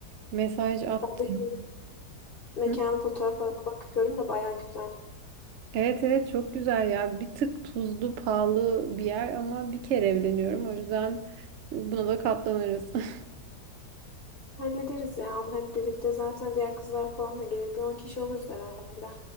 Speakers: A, on the right (about 80°); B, on the left (about 40°).
A: Mesaj attım.
B: Ben de şimdi mekanın
A: Hı?
B: fotoğraflarına bakıyorum da baya güzel.
A: Evet evet çok güzel ya. Bir tık tuzlu pahalı bir yer ama bir kere evleniyorum. O yüzden buna da katlanırız. <laughs>
B: Hallederiz ya onu hep birlikte. Zaten diğer kızlar falan da gelir. Bir 10 kişi oluruz herhalde.